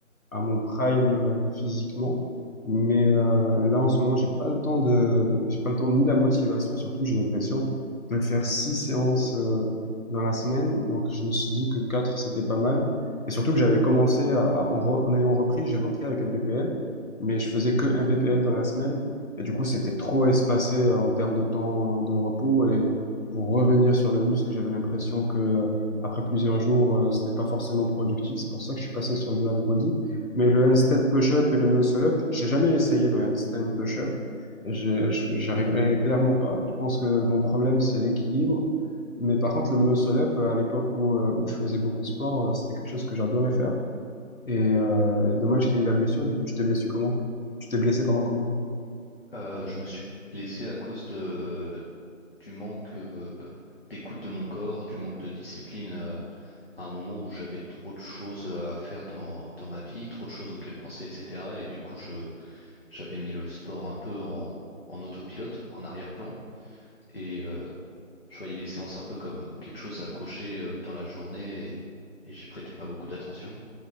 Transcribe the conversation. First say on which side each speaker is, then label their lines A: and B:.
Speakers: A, on the left; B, on the left.
A: à mon prime euh, physiquement. Mais euh, là, en ce moment, j'ai pas le temps de, j'ai pas le temps ni la motivation, surtout j'ai l'impression de faire six séances euh, dans la semaine. Donc, je me suis dit que quatre, c'était pas mal. Et surtout que j'avais commencé à, à- en, re- en ayant repris, j'ai repris avec un PPL, mais je faisais que un PPL dans la semaine. Et du coup, c'était trop espacé euh, en termes de temps euh, de repos. Et pour revenir sur le muscle, j'avais l'impression que après plusieurs jours, euh, c'était pas forcément productif. C'est pour ça que je suis passé sur du half body. Mais le handstand push-up et le muscle-up, j'ai jamais essayé le handstand push-up. J'ai- j- J'arriverai clairement pas. Je pense que mon problème, c'est l'équilibre. Mais par contre, le muscle-up, à l'époque où, euh, où je faisais beaucoup de sport, euh, c'était quelque chose que j'adorais faire. Et euh, dommage qu'il y ait eu la blessure. Du coup, tu t'es blessé comment? Tu t'es blessé, pardon, comment?
B: Euh, je me suis blessé à cause de, du manque euh, d'écoute de mon corps, du manque de discipline euh, à un moment où j'avais trop de choses à faire dans, dans ma vie, trop de choses auxquelles penser, etc. Et du coup, je J'avais mis le sport un peu en, en autopilote, en arrière-plan, et euh, je voyais les séances un peu comme euh, quelque chose à cocher euh, dans la journée, et, et j'y prêtais pas beaucoup d'attention.